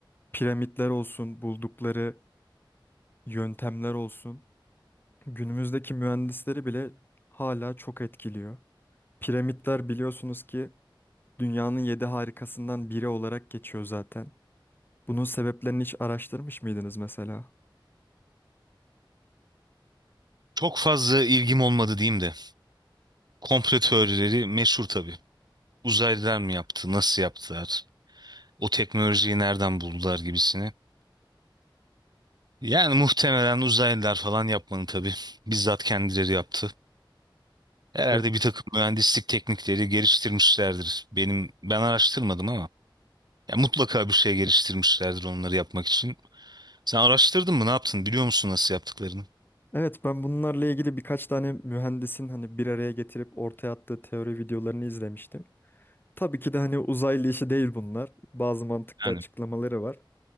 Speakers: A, on the left; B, on the right.
A: piramitler olsun, buldukları yöntemler olsun, günümüzdeki mühendisleri bile hala çok etkiliyor. Piramitler biliyorsunuz ki dünyanın yedi harikasından biri olarak geçiyor zaten. Bunun sebeplerini hiç araştırmış mıydınız mesela?
B: Çok fazla ilgim olmadı diyeyim de. Komplo teorileri meşhur tabii. Uzaylılar mı yaptı, nasıl yaptılar, o teknolojiyi nereden buldular gibisini. Yani muhtemelen uzaylılar falan yapmadı tabii. Bizzat kendileri yaptı. Herhalde
A: Evet.
B: bir takım mühendislik teknikleri geliştirmişlerdir. Benim ben araştırmadım ama ya mutlaka bir şey geliştirmişlerdir onları yapmak için. Sen araştırdın mı? Ne yaptın? Biliyor musun nasıl yaptıklarını?
A: Evet ben bunlarla ilgili birkaç tane mühendisin hani bir araya getirip ortaya attığı teori videolarını izlemiştim. Tabii ki de hani uzaylı işi değil bunlar. Bazı mantıklı
B: Yani.
A: açıklamaları var.